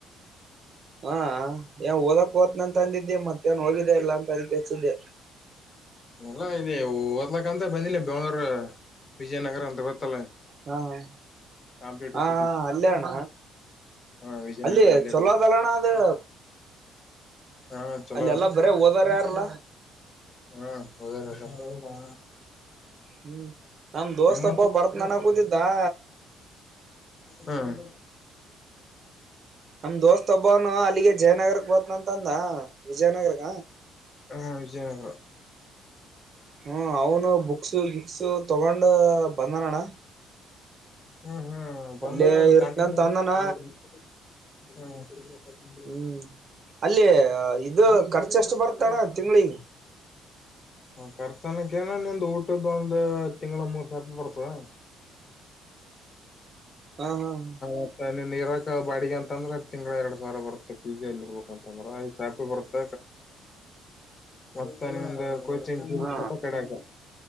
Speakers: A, on the right (about 35°); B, on the left (about 30°).
A: ಹಾ, ಏ ಓದಕ್ ಓತ್ನಿ ಅಂತ ಅಂದಿದ್ದಿ ಮತ್ತೇ ನ್ ಹೋಗಿದ್ದ ಇಲ್ಲಾ ಅಂತ ಅದಕ್ಕೆ ಹೆಚ್ಚಿದ್ದೆ.
B: ಎಲ್ಲಾ ಇದೆ ಓದ್ಲಕ್ಕಂತ ಬಂದಿಲ್ಲ ಬೆಂಗ್ಳೂರ್ ವಿಜಯನಗರ ಅಂತ ಗೊತ್ತಲ್ಲ.
A: ಹಾ ಹಾ
B: ಕಾಂಪಿಟೇಟಿವ್
A: ಹಾ
B: ಸಿಟಿ
A: ಅಲ್ಲೆಣ್ಣ
B: ಹ ವಿಜಯನಗರ
A: ಅಲ್ಲಿ
B: ಇಲ್ಲೇ
A: ಚೊಲಾದಲ್ಲಣ
B: ಬಂದ
A: ಅದು-
B: ಹಾ ಚಲೋ
A: ಅಲ್ಲಿ ಎಲ್ಲಾ ಬರೆ ಹೋದಾರಾರಲ್ಲ.
B: ಹು ಓದುರು ಅದರ <unintelligible>
A: ಹ್ಮ್, ನಮ್ ದೋಸ್ತ್
B: ಹೆಂಗ
A: ಒಬ್ಬವ ಬರತಿನಿ ಅನ ಕೂತಿದ್ದ ಆ.
B: ಹ್ಮ್,
A: ನಮ್ ದೋಸ್ತ್ ಒಬ್ಬನು ಅಲ್ಲಿಗೆ ಜಯನಗರಕ್ ಬತ್ನಂತ ಅಂದ ವಿಜಯನಗರಗ.
B: ಹಾ ವಿಜಯನಗರ
A: ಹ್ಮ್, ಅವನು ಬುಕ್ಸ ಗಿಕ್ಸು ತಗೊಂಡ ಬಂದನಣ್ಣ.
B: ಹ್ಮ್ ಹ್ಮ್ ಬಂದ
A: ಅಲ್ಲೇ ಇರ್ತನಂತ
B: ಕಿಕ
A: ಅಂದನ
B: <unintelligible> ಹ <inaudible>
A: ಹ್ಮ್ ಅಲ್ಲಿ ಇದು ಖರ್ಚ ಎಷ್ಟು ಬರ್ತಣ್ಣ ತಿಂಗಳಿಗೆ.
B: ಹ ರ್ಚನಕ್ಕೆ ಏನ ನಿಮ್ ಊಟದೊಂದು ತಿಂಗ್ಳ ಮೂರ್ ಸಾವಿ ಬರ್ತತೇ.
A: ಹ ಹ <inaudible>
B: ಮತ್ತ ನೀನ್ ಇರಕ್ ಬಾಡಿಗೆ ಅಂತಂದ್ರ ಅ ತಿಂಗಳ ಎರಡ್ ಸಾವಿರ ಬರುತ್ತೆ. ಪೀಜಿಗೆ ಎಲ್ಲಿ ಇರ್ಬೇಕ ಅಂತಂದ್ರ ಈ <unintelligible> ಚಾಪೆ ಬರುತ್ತ ಮತ್ತ ನಿ <unintelligible> ದು ಕೋಚಿಂಗ್ಫೀಪ
A: ಹಾ
B: ಕಡಕ